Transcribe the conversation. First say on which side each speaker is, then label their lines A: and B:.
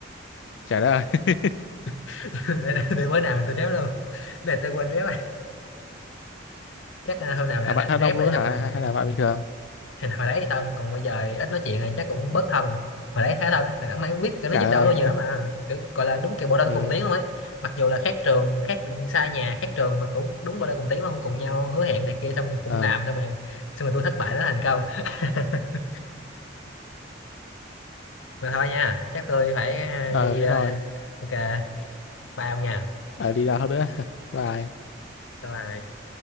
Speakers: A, on the left; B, on the left.
A: trả lời <laughs>
B: <laughs> để, để, để bữa nào tôi rep luôn để tôi quên rep rồi. chắc là hôm nào rảnh
A: là bạn
B: rảnh
A: thân
B: rep
A: ông
B: rồi
A: luôn đó
B: xong
A: hả
B: rồi
A: hay, hay là bạn bình thường
B: hồi, hồi đấy thì thân còn bây giờ ít nói chuyện này chắc cũng bớt thân rồi. hồi đấy thấy thân á, thì đẳng mày cũng biết cái nó
A: trả
B: giúp
A: lời
B: đỡ tôi nhiều lắm mà kiểu, gọi là đúng kiểu bộ đôi
A: ừ
B: cùng tiếng luôn ấy mặc dù là khác trường khác xa nhà khác trường mà cũng đúng bộ đôi cùng tiếng luôn cùng nhau hứa hẹn này kia xong cũng
A: ờ
B: làm xong rồi xong rồi tôi thất bại nó thành công <laughs> mà thôi nha chắc tôi phải à,
A: ờ
B: đi
A: thế
B: à,
A: thôi
B: ok bye ông nha
A: ở đi đâu nữa <laughs> bye
B: bye bye